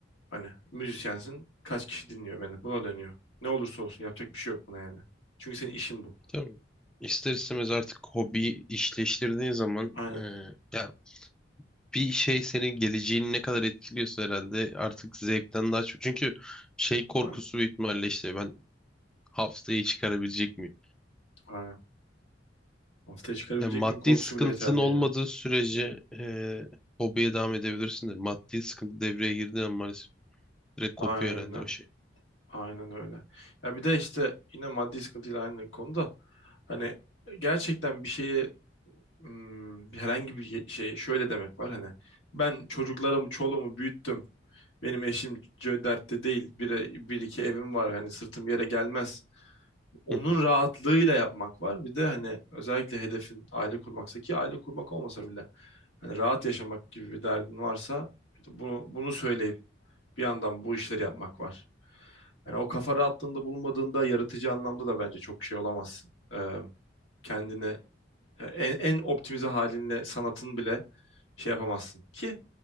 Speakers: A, on the left (about 85°); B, in the centre.
A: Hani müzisyensin. Kaç kişi dinliyor beni? Buna dönüyor. Ne olursa olsun yapacak bir şey yok buna yani. Çünkü senin işin bu.
B: Tabii. İster istemez artık hobi işleştirdiğin zaman
A: Aynen.
B: e, ya bir şey senin geleceğini ne kadar etkiliyorsa herhalde artık zevkten daha çok. Çünkü şey korkusu
A: Aynen.
B: büyük ihtimalle işte ben haftayı çıkarabilecek miyim?
A: Aynen. Haftaya çıkarabilecek
B: Yani maddi
A: miyim korkusu
B: sıkıntın
A: bile yeterli
B: olmadığı
A: ya.
B: sürece e, hobiye devam edebilirsin de maddi sıkıntı devreye girdiği an maalesef direkt kopuyor
A: Aynen.
B: herhalde o şey.
A: Aynen öyle. Ya bir de işte yine maddi sıkıntıyla aynı konuda hani gerçekten bir şeye hmm, bir herhangi bir ye- şeye şöyle demek var hani ben çocuklarımı çoluğumu büyüttüm. Benim eşim c- dertte değil. Bir, bir iki evim var. Hani sırtım yere gelmez. Onun
B: <laughs>
A: rahatlığıyla yapmak var. Bir de hani özellikle hedefin aile kurmaksa ki aile kurmak olmasa bile hani rahat yaşamak gibi bir derdin varsa bunu, bunu söyleyip bir yandan bu işleri yapmak var. Hani o kafa rahatlığında bulunmadığında yaratıcı anlamda da bence çok şey olamazsın. Ee, kendini e, en, en optimize halinle sanatın bile şey yapamazsın. Ki